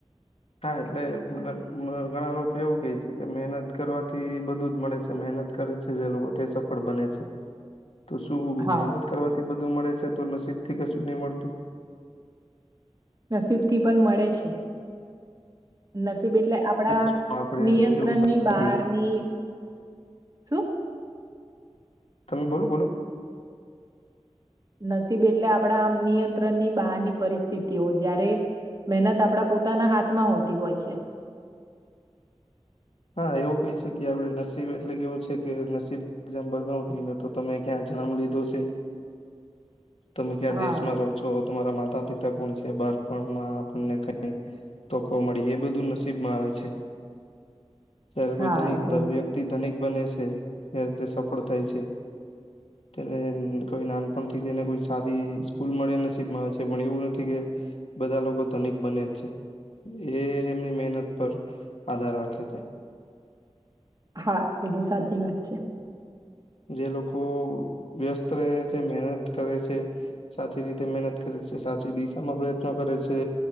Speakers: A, on the left; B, on the right.
A: હા એટલે મતલબ ઘણા લોકો એવું કેહે છે કે મહેનત કરવાથી બધું જ મળે છે મહેનત. કરે છે જે ઉત સફળ બન છે. તો શું
B: હા.
A: મહેનત કરવાથી બધું મળે છે તો નસીબ થી કશું નહી મળતું.
B: નસીબ થી પણ મળે છે.
A: <inaudible>
B: નસીબ એટલે આપડા
A: શું આપડે
B: નિયંત્રણની
A: એવું સમજીએ
B: બહારની. શું.
A: તમે બોલો બોલો.
B: નસીબ એટલે આપણા આમ નિયંત્રણની બહારની પરિસ્થિતિઓ જયારે. મહેનત આપણા પોતાના હાથમાં હોતી હોય છે.
A: હા એવું કઈ છેકી આપડે નસીબ એટલે કેવું છે કે નસીબ. એઝામ્ બતા તમને તો તમે ક્યાં જન્મ લીધો છે. તમે ક્યાં
B: હા
A: દેશમાં રહો છો તમારા માતા પિતા કોણ છે બાળપણમાં આપણને કઈ. તોકો મળી એ બધું નસીબ માં આવે છે. જ્યારે કોઈ
B: હા
A: ધન
B: એ તો
A: વ્યક્તિ ધનિક બને છે ત્યારે તે સફળ થાય છે. તેને કોઈ નાનપણથી તેને કોઈ સારી સ્કૂલ મળે નસીબમાં આવે છે પણ એવું નથી કે. બધા લોકો ધનિક બને છે એ એમની મહેનત પર આધાર રાખે. <inaudible>
B: હા એ તો સાચી વાત છે.
A: જે લોકો વ્યસ્ત રહે છે મહેનત કરે છે. સાચી રીતે મહેનત કરે છે. સાચી દિશામાં પ્રયત્નો કરે છે.